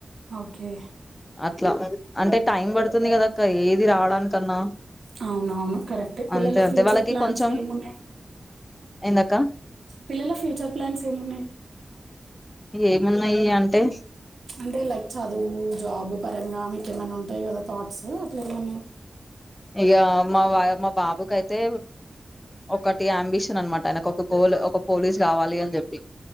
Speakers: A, on the right; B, on the left.
A: ఓకే
B: అట్లా అంటే టైం పడుతుంది కదా ఇంకా ఏది రావడానికన్నా
A: అవునవును కరెక్టే పిల్లల
B: అంతే అంతే
A: ఫ్యూచర్
B: వాళ్ళకి
A: ప్లాన్స్
B: కొంచెం
A: ఏమున్నాయి
B: ఏందక్క
A: పిల్లల ఫ్యూచర్ ప్లాన్స్ ఏమున్నాయి
B: ఏమున్నాయి అంటే
A: అంటే లైక్ చదువు జాబ్ పరంగా మీకేమైనా ఉంటాయి కదా థాట్స్ అట్లా ఏమున్నాయి
B: ఇక మా వా మా బాబుకయితే ఒకటి అంబిషన్ అనమాట ఆయనకు ఒక గోల్ ఒక పోలీస్ కావాలి అని చెప్పి